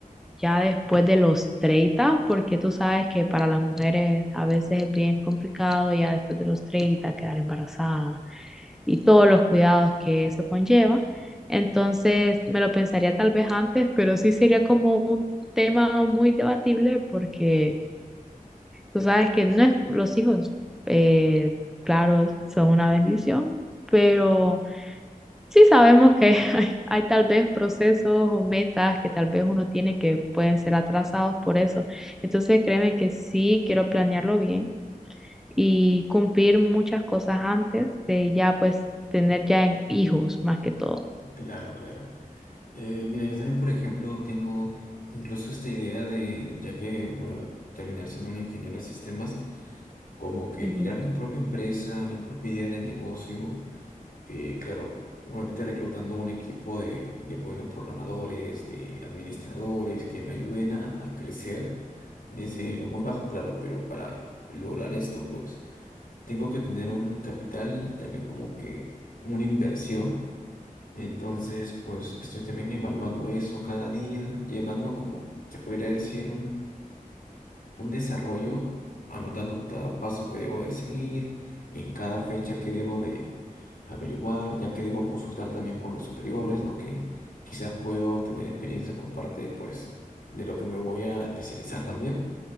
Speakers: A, in the centre; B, on the left.
A: ya después de los treinta porque tú sabes que para las mujeres a veces es bien complicado ya después de los 30 quedar embarazada y todos los cuidados que eso conlleva. Entonces me lo pensaría tal vez antes, pero sí sería como un tema muy debatible porque tú sabes que no es, los hijos, eh, claro, son una bendición, pero Sí sabemos que <laughs> hay, hay tal vez procesos o metas que tal vez uno tiene que pueden ser atrasados por eso. Entonces créeme que sí quiero planearlo bien y cumplir muchas cosas antes de ya pues tener ya en- hijos más que todo.
B: Claro, claro. Eh, mira, yo también, por ejemplo, tengo incluso esta idea de, ya que voy a terminar siendo un ingeniero de sistemas, como que
A: Ujú.
B: crear mi propia empresa, mi propia idea de negocio, eh, claro, obviamente reclutando un equipo de, de buenos programadores, de administradores que me ayuden a, a crecer desde lo muy bajo, claro, pero para lograr esto, pues tengo que tener un capital y también como que una inversión. Entonces, pues estoy también evaluando eso cada día, llevando como, se podría decir, un desarrollo, anotando cada paso que debo de seguir, en cada fecha que debo de averiguar, ya que debo consultar también con los superiores, ¿no? Que quizás puedo tener experiencia por parte, pues, de lo que me voy a especializar también.